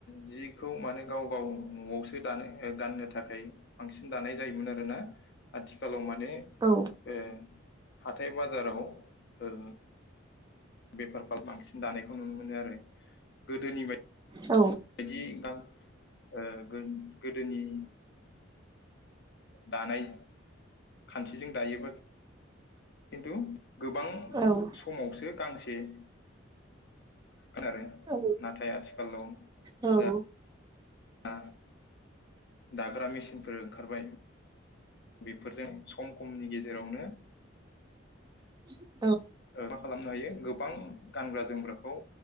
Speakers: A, on the left; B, on the right.
A: जिखौ माने गाव गाव न'आवसो दानो गाननो थाखाय बांसिन दानाय जायोमोन आरोना आथिखालाव माने ने
B: औ
A: ओ हाथाय बाजाराव ओ बेफारखौ बांसिन दानायखौ नुनो मोनो आरो गोदोनि बायदि
B: औ
A: बिदि गाम ओ गो गोदोनि दानाय खान्थिजों दायोबा खिन्थु गोबां
B: औ
A: समावसो गांसे बे मोन आरो
B: औ
A: नाथाय आथिखालाव
B: औ
A: जा आ दाग्रा मेसिनफोर ओंखारबाय बेफोरजों सम खमनि गेजेरावनो
B: <inaudible>
A: ओ मा खालामनो हायो गोबां गानग्रा जोमग्राखौ